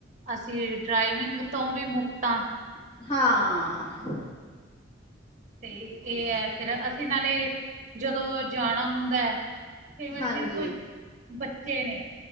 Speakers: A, on the right (about 40°); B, on the left (about 30°).
A: ਅਸੀਂ ਡਰਾਈਵਿੰਗ ਤੋਂ ਵੀ ਮੁਕਤ ਆ
B: ਹਾਂ
A: ਤੇ
B: ਬਿਲਕੁਲ
A: ਏ
B: ਜੀ।
A: ਐ, ਫਿਰ ਅਸੀਂ ਨਾਲੇ ਜਦੋਂ ਜਾਣਾ ਹੁੰਦਾ ਐ। ਕਈ ਵਾਰੀ
B: ਹਾਂਜੀ
A: ਤਿਰ ਕੋਈ ਬੱਚੇ ਨੇ,